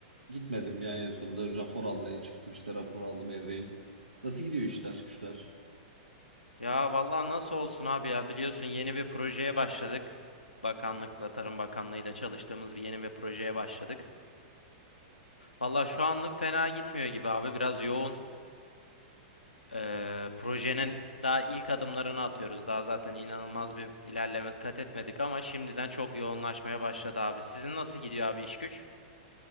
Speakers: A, on the right; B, on the left.
A: gitmedim ya en sonunda rapor almaya çıktım işte rapor aldım evdeyim. Nasıl gidiyor işler güçler?
B: Ya vallahi nasıl olsun abi ya. Biliyorsun yeni bir projeye başladık. Bakanlıkla, Tarım Bakanlığıyla çalıştığımız bir yeni bir projeye başladık. Vallahi şu anlık fena gitmiyor gibi abi. Biraz yoğun. Ee, projenin daha ilk adımlarını atıyoruz. Daha zaten inanılmaz bir ilerleme kat etmedik ama şimdiden çok yoğunlaşmaya başladı abi. Sizin nasıl gidiyor abi iş güç?